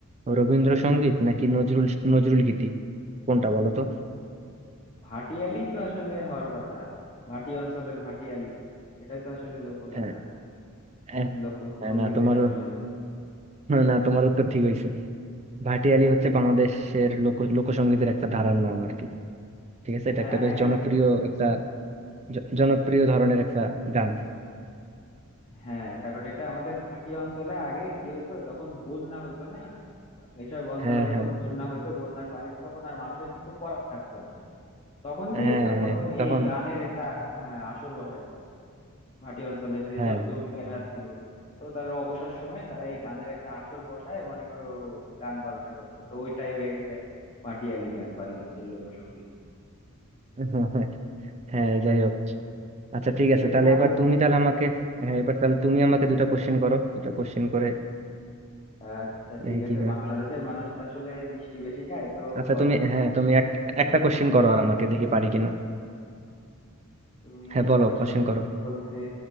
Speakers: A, on the right; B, on the left.
A: রবীন্দ্রসঙ্গীত নাকি নজরুল নজরুল গীতি কোনটা বলো তো
B: ভাটিয়ালি তো আসলে হওয়ার কথা ভাটি অঞ্চলের ভাটিয়ালি এটাই তো আসলে লোকগাথা
A: আহ, আহ,
B: না লোকসঙ্গীত
A: না তোমার
B: যেটা বললা তুমি
A: না তোমার উত্তর ঠিক হয়েছে ভাটিয়ালি হচ্ছে
B: হ্যাঁ
A: বাংলাদেশের লোক লোকসঙ্গীতের একটা ধারার নাম আর কি ঠিক আছে এটা
B: হ্যাঁ
A: একটা বেশ
B: এটা
A: জনপ্রিয় একটা জ- জনপ্রিয় ধরনের একটা গান
B: হ্যাঁ কারণ এটা আমাদের ভাটি অঞ্চলে আগে কি হইতো যখন বন্যা হইতো না এইসব অঞ্চলে
A: হ্যাঁ
B: যখন
A: হ্যাঁ
B: বন্যা হইতো বন্যার পানিতে তখন আর মানুষের কিছু করার থাকতো না তখন কি
A: হ্যাঁ
B: হইতো
A: হ্যাঁ
B: তখন
A: তখন
B: এই গানের একটা হ্যাঁ আসর বসাইতো ভাটি অঞ্চলের যেসব
A: হ্যাঁ
B: জমিদাররা ছিল তো তাদের অবসর সময়ে তারা এই গানের একটা আসর বসায় মনে করো গান বাজনা করতো তো ওইটাই হয়ে গেছে পাটিয়ালি গান বাংলাদেশের লোকসঙ্গীত
A: <laughs> হ্যাঁ যাই হোক আচ্ছা ঠিক
B: ঠিক
A: আছে
B: আছে
A: তাহলে
B: আরো
A: এবার তুমি তাহলে আমাকে হ্যাঁ এবার তাহলে তুমি আমাকে দুটা কোশ্চেন করো দুটা কোশ্চেন করে
B: আচ্ছা
A: দেখি
B: ঠিক আছে
A: কি হয়
B: বাংলাদেশের মানুষ তো আসলে মিষ্টি বেশি খায় তো
A: আচ্ছা
B: বলো
A: তুমি হ্যাঁ তুমি এক একটা কোশ্চেন করো আর আমাকে দেখি পারি কিনা
B: তুমি
A: হ্যাঁ বলো
B: কোশ্চেন
A: কোশ্চেন করো
B: বলতে